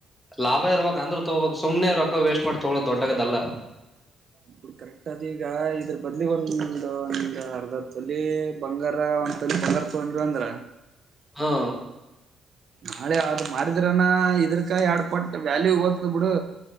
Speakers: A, in the centre; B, on the right.
A: ಲಾಭ ಇರ್ಬೇಕಕ್ ಅಂದ್ರೂ ತೊಗೋಬಬೇಕಕ್ ಸುಮನೆ ಇರೊಕ್ಕ ವೇಸ್ಟ್ ಮಾಡಿ ತಗೊ ದೊಡ್ಡಗದಲ್ಲಾ
B: ಇ ಬಿ ಕರೆಕ್ಟ್ ಅದ ಈಗ ಇದ್ರ ಬದ್ಲಿ ಒಂದ ಅರ್ಧ ತೊಲಿ ಬಂಗಾರ ಒಂದ್ ತೊಲಿ ಬಂಗಾರ ತೊಗಂದ್ರು ಅಂದ್ರ
A: ಹಾ
B: ನಾಳೆ ಆದ್ ಮಾರಿದ್ರನ ಇದ್ರಕ ಎರಡ್ ಪಟ್ಟ ವ್ಯಾಲ್ಯೂ ಓತದ ಬಿಡು